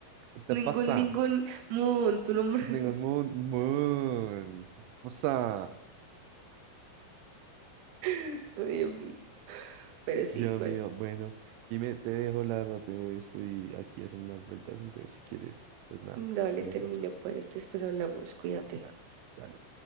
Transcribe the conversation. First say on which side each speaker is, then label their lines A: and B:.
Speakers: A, on the right; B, on the right.
A: ¿Qué te
B: Ningún,
A: pasa?
B: ningún. Moon, tu nombre.
A: Digo, moon, moon. ¿Qué te pasa?
B: <laughs> Ay, Dios mío. Pero sí,
A: Dios
B: bueno.
A: mío, bueno, Jimé, te dejo, la verdad, te estoy aquí haciendo unas vueltas, entonces si quieres, pues nada,
B: Dale,
A: eh,
B: termina pues. Después hablamos. Cuídate.
A: dale, dale.